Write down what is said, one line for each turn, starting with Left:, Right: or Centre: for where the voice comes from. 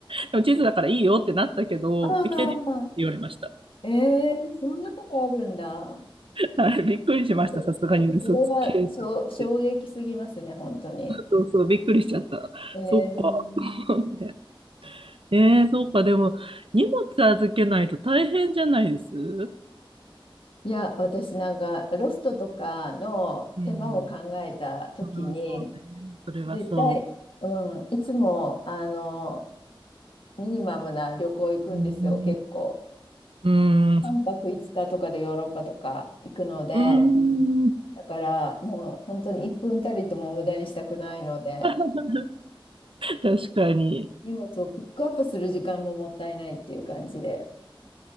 Right: でもチーズだからいいよってなったけど、
Left: ああ、
Right: 液体でいいって言われました。
Left: えー、そんなことあるんだ。
Right: はい、びっくりしました。
Left: ちょっと、ちょっとそれはしょ衝撃すぎますね、
Right: さすがに嘘つけと思って。
Left: 本当に。
Right: そうそう、びっくりしちゃった。
Left: えー
Right: そっか。と思って。ええそうか。でも、荷物預けないと大変じゃないです
Left: いや、私なんか、ロストとかの手間を考えたときに、
Right: うん。ああ、そうね。それはそ
Left: 絶対、うん、いつも、あの、ミニマムな旅行行くんですよ、
Right: う。うん。
Left: 結構。
Right: うーん。
Left: 3泊5日とかでヨーロッパとか行くので、
Right: うーん
Left: だからもう本当に1分たりとも無駄にしたくないので、
Right: <laughs>。確かに。
Left: 荷物をピックアップする時間ももったいないっていう感じで。